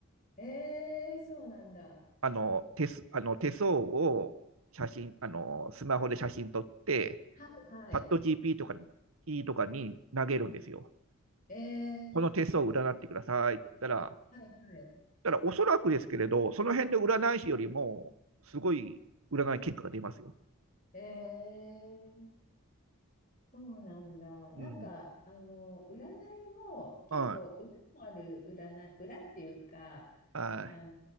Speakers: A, on the left; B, on the right.
A: えー、そうなんだ。
B: あの、手す、あの手相を写真、あの、スマホで写真撮って、
A: はい、はい。
B: チャット GP とかにとかに投げるんですよ。
A: え
B: この手相を占ってくださいって言ったら、
A: ー、はい、は
B: だからおそらくですけれど、その辺で占い師よりも、すごい占い結果が出ますよ。
A: い。えー。そうなんだ。なんか、
B: うん。
A: あの、占いも結構裏もある占い、
B: うん。
A: 裏っていうか、
B: あ
A: あの、